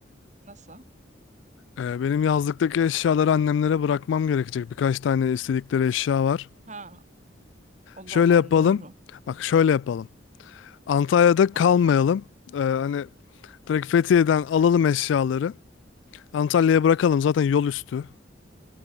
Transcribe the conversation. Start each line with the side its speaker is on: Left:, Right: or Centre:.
Right: Nasıl?
Left: Ee, benim yazlıktaki eşyaları annemlere bırakmam gerekecek. Birkaç tane istedikleri eşya var.
Right: Ha, o
Left: Şöyle
Right: da var
Left: yapalım.
Right: doğru.
Left: Bak şöyle yapalım. Antalya'da
Right: Nasıl
Left: kalmayalım.
Right: yapalım?
Left: Ee, hani direkt Fethiye'den alalım eşyaları. Antalya'ya bırakalım zaten yol üstü.